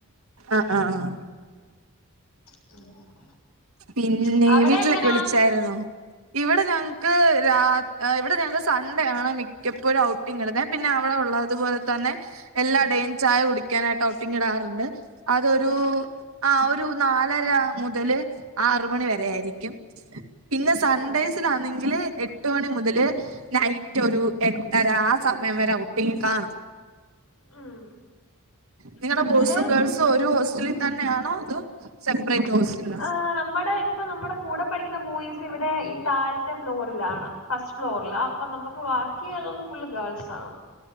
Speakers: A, on the right; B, on the left.
A: ആഹ് ആഹ് ആ.
B: <inaudible>
A: പിന്നെ
B: അവിടെ
A: വീട്ടിലൊക്കെ
B: എങ്ങനാ?
A: വിളിച്ചായിരുന്നോ? ഇവിടെ ഞങ്ങക്ക് രാ ഇവിടെ ഞങ്ങക്ക് സൺഡേ ആണ് മിക്കപ്പോഴും ഔട്ടിംഗ് ഇടുന്നേ. പിന്നെ അവിടെ ഉള്ളതുപോലെ തന്നെ എല്ലാ ഡേയും ചായ കുടിക്കാനായിട്ട് ഔ പിന്നിടാറുണ്ട് അതൊരു ആ ഒരു നാലര മുതല് ആറ് മണി വരെ ആയിരിക്കും പിന്നെ സൺഡൈസിലാണെങ്കില്
B: ഉം
A: എട്ട് എട്ട് മണി മുതല് നൈറ്റ് ഒരു എട്ടര ആഹ് സമയം വരെ ഔട്ടിങ്ങ് കാണും
B: ഉം
A: നിങ്ങടെ
B: ഇവിടെയും
A: ബോയ്സും ഗേൾസും ഒരു ഹോസ്റ്റലിൽ തന്നെയാണോ എന്ധോ സെപ്പരെറ്റ് ഹോസ്റ്റലിലോ
B: അ നമ്മടെ ഇപ്പ നമ്മുടെ കൂടെ പഠിക്കുന്ന ബോയ്സ് ഇവിടെ ഈ താഴത്തെ ഫ്ലോറിലാണ് ഫസ്റ്റ് ഫ്ലോറിലാഅപ്പൊ നമുക്ക് വാക്കിയുള്ളത് ഫുള് ഗേൾസ് ആണ്